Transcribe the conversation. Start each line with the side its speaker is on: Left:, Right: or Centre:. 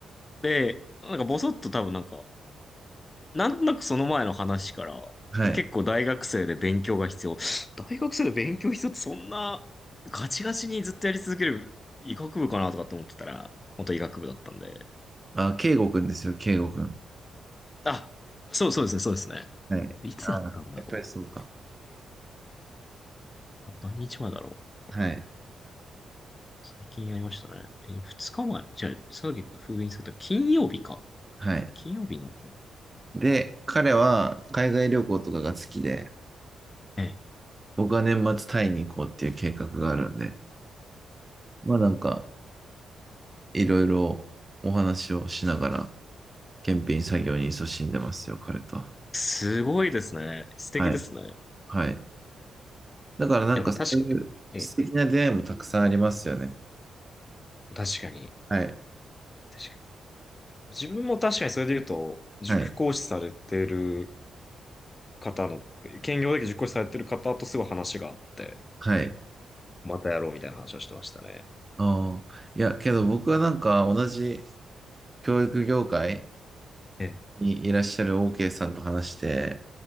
Left: で、なんかボソッと多分なんか、なんとなくその前の話から、
Right: はい。
Left: 結構大学生で勉強が必要。<sighs> 大学生で勉強必要ってそんなガチガチにずっとやり続ける医学部かなとかって思ってたら、本当医学部だったんで。
Right: あ、圭吾くんですよ、圭吾くん。
Left: あ、そうそうですね、そうですね。
Right: はい。
Left: いつやったんだろ
Right: あ、やっぱりそうか。
Left: う何日前だろう
Right: はい。
Left: 最近やりましたね。え二日前じゃあ、さっき封印された金曜日か。
Right: はい。
Left: 金曜日にやったの
Right: で、彼は海外旅行とかが好きで、
Left: ええ。
Right: 僕は年末タイに行こうっていう計画があるんで、まあなんか、いろいろお話をしながら、検品作業に勤しんでますよ、彼とは。
Left: すごいですね。素敵ですね。
Right: はい。
Left: い
Right: はい。だからなんかそういう素敵な出会いもたくさんありますよね。
Left: やまあ確か、ええ、確かに。
Right: はい。
Left: 確かに。自分も確かにそれで言うと、塾講師されてる
Right: はい。
Left: 方の、兼業だけ塾講師されてる方とすごい話があって、
Right: はい。
Left: またやろうみたいな話をしてましたね。
Right: ああ。いや、けど僕はなんか同じ教育業界
Left: ええ、
Right: にいらっしゃる OK さんと話して、